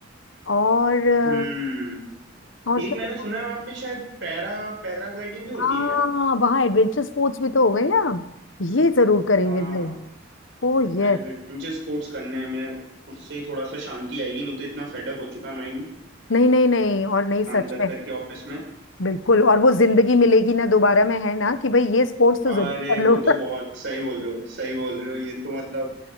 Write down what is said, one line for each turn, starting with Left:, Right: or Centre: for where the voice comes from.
Left: और अ,
Right: हम्म
Left: और
Right: एक
Left: क्या
Right: मैंने
Left: होता
Right: सुना
Left: है?
Right: है वहां पे शायद पैरा पैराग्लाइडिंग भी होती
Left: हाँ
Right: है क्या
Left: वहाँ एडवेंचर स्पोर्ट्स भी तो हो गए ना ये जरूर करेंगे
Right: हाँ
Left: भाई ओ
Right: एडवेंचर
Left: यस
Right: स्पोर्ट्स करने में उससे ही थोड़ा सा शांति आएगी नहीं तो इतना फेडअप हो चुका है माइंड
Left: नहीं नहीं नहीं और नहीं
Right: काम
Left: सच
Right: कर
Left: में
Right: करके ऑफिस में
Left: बिल्कुल और वो जिंदगी मिलेगी ना दोबारा में है ना कि भाई ये स्पोर्ट्स तो
Right: अरे
Left: जरूर कर
Right: वो
Left: लो
Right: तो बहुत सही बोल रहे हो सही बोल रहे हो ये तो मतलब